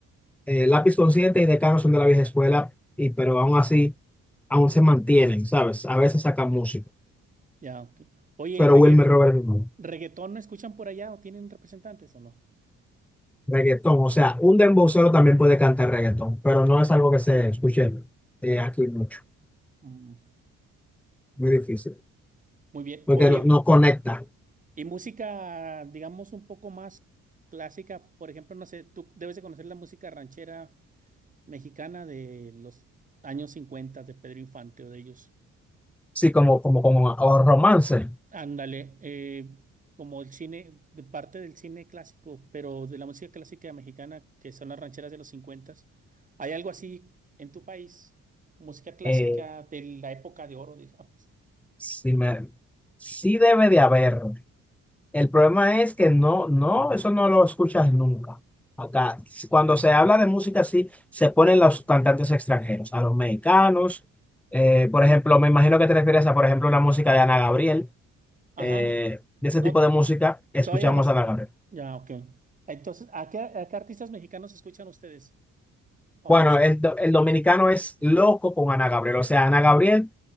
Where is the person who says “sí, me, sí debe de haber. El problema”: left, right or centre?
Centre